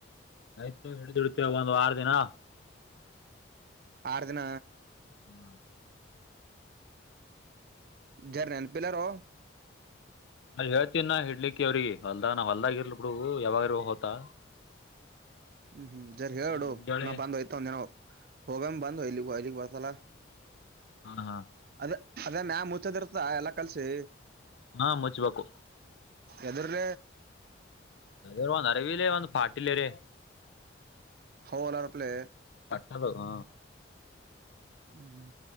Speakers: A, on the left; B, on the right.
A: ಆಯ್ತು ಹಿಡಿದುಿಡತವೆ ಒಂದು್ ವಾರ ದಿನ
B: ಆರು ದಿನ
A: ಹ್ಮ
B: ಜಾರ ನನ್ನ ಪಿಿಲ್ಲಾರ
A: ಅ ಹೇಳ್ತನ್ ನ ಹಿಡ್ಲಿಕ್ಕೆ ಅವ್ರಿಗೆ ಹೊಲ್ದಾಗ ನಾ ಹೊಲ್ದಾಗಿ ಇರ್ಲಿ ಬಿಡು ಯಾವಾಗ ಹೊತ್ತಾ
B: ಹ್ಮ್ ಹ್ಮ್ ಜರಿ ಹೇಳಡು
A: ಮುಂಜಾನೆ
B: ನಾ ಬಂದ್ಯ್ತ ಒಂದ ದಿನವ ಹೋಗಾಮ ಬಂದು ಇಲ್ಲಿ ಲಿಗ್ ಬರ್ತಲ್ಲ
A: ಹಾ ಹಾ
B: ಅದ ಅದೇ ಮ್ಯ ಮುಚ್ಚದ್ ಇರ್ತ ಎಲ್ಲಾ ಕಲ್ಸಿ
A: ಹಾ ಮುಚ್ಬೇಕು
B: ಎದರಲ್ಲ
A: ಅ ಒಂದು ಅರವಿಲ್ಲ ಒಂದು ಪಾಟಿಲ್ಲರ
B: ಹೌ ಅಲಾರಪ್ಲೆ
A: ಅದು ಹ
B: ಹ್ಮ್